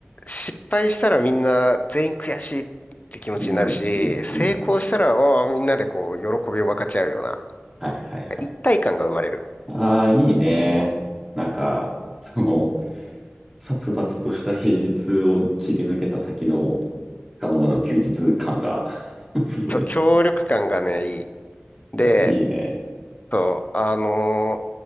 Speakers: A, on the left (about 35°); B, in the centre.
A: 失敗したらみんな全員悔しいって気持ちになるし、
B: うんうんうん。
A: 成功したら、おーみんなでこう、喜びを分かち合うような、
B: はいはいはい。
A: 一体感が生まれる。
B: ああ、いいね。なんか、その、殺伐とした平日を切り抜けた先の、束の間の休日感が <laughs> するね。
A: そう、協力感がね、いい。で、
B: いいね。
A: そう、あのー